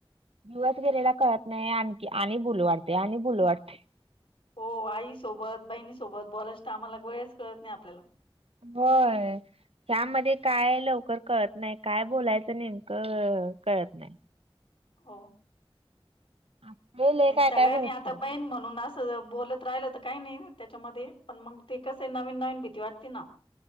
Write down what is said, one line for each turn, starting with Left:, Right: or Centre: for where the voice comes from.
Right: दिवस गेलेला कळत नाही आणखी आणि बोलू वाटते आणि बोलु वाटते.
Left: हो आईसोबत, बहिणीसोबत बोलायच्या टाईमाला वेळच कळत नाही आपल्याला
Right: होय. ह्यामध्ये काय लवकर कळत नाही काय बोलायचं नेमकं अ कळत नाय.
Left: हो.
Right: <unintelligible>
Left: नाही सगळ्यांनी
Right: भरपूर
Left: आता बहीण म्हणूनच बोलत राहिलं तर काही नाही त्याच्यामध्ये पण मग ते कसे नवीन नवीन भीती वाटते ना.